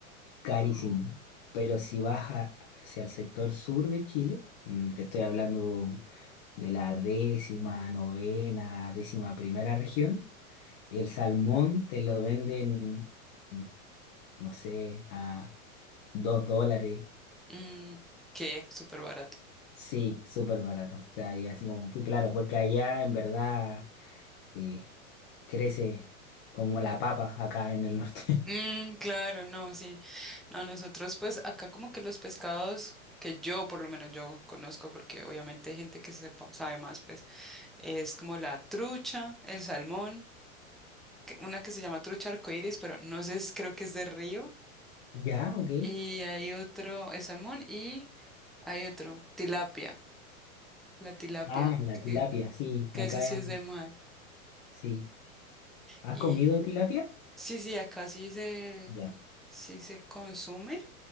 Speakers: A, on the left; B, in the centre.
A: carísimo.
B: Ah.
A: Pero si vas a- hacia el sector sur de Chile, mm, te estoy hablando de la décima, novena, décima primera región, el salmón te lo venden, mm, no sé, a dos dólares.
B: Mm, ¿qué? Súper barato.
A: Sí, súper barato. O sea, y así como fui claro, porque allá en verdad eh, crece como la papa acá en el norte. <laughs>
B: Mm, claro, no, sí. No, nosotros pues acá como que los pescados que yo por lo menos yo conozco porque obviamente hay gente que sepa, sabe más pues Es como la trucha, el salmón, que- una que se llama trucha arcoíris, pero no sé, es- creo que es de río.
A: Ya, ok.
B: Y hay otro, el salmón, y hay otro, tilapia, la tilapia,
A: Ah, la tilapia,
B: que,
A: sí,
B: que
A: acá,
B: esa sí es de mar.
A: sí. ¿Has
B: Y
A: comido tilapia?
B: sí, sí, acá sí se,
A: Ya,
B: sí se consume,